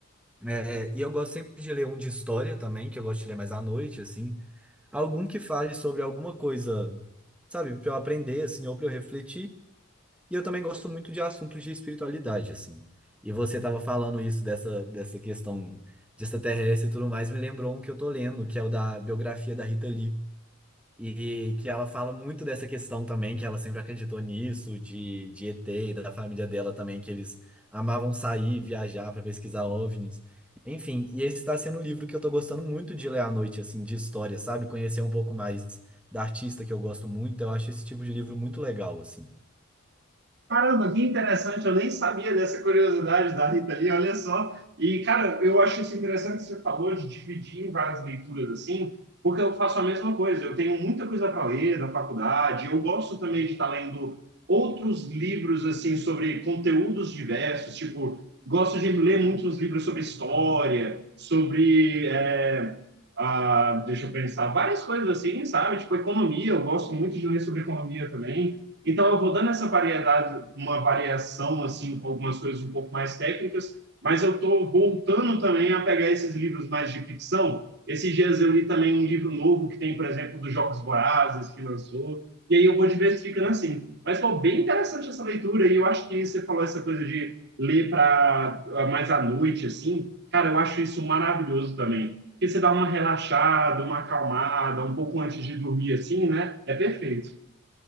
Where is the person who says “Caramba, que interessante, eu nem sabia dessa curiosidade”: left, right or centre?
Right